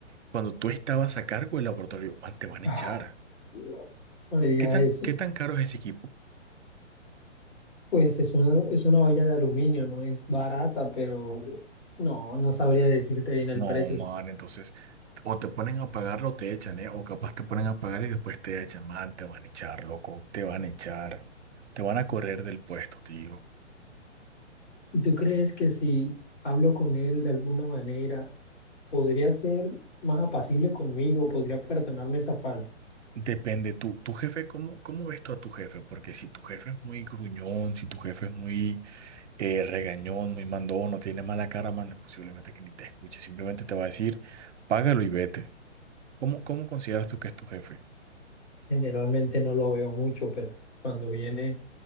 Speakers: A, on the right; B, on the left.
A: cuando tú estabas a cargo del laboratorio, man, te van
B: Ah,
A: a echar.
B: no, no me digas
A: ¿Qué tan,
B: eso.
A: qué tan caro es ese equipo?
B: Pues es una, es una olla de aluminio, no es barata, pero no, no sabría decirte bien el
A: No,
B: precio.
A: man, entonces, o te ponen a pagar o te echan, ¿eh? O capaz te ponen a pagar y después te echan, man, te van a echar, loco, te van a echar, te van a correr del puesto, tío.
B: ¿Tú crees que si hablo con él de alguna manera, podría ser más apacible conmigo, podría perdonarme esa falta?
A: Depende, tú, tu jefe, ¿cómo, cómo ves tú a tu jefe? Porque si tu jefe es muy gruñón, si tu jefe es muy eh, regañón, muy mandón, o tiene mala cara, man, posiblemente que ni te escuche, simplemente te va a decir, págalo y vete. ¿Cómo, cómo consideras tú que es tu jefe?
B: Generalmente no lo veo mucho, pero cuando viene...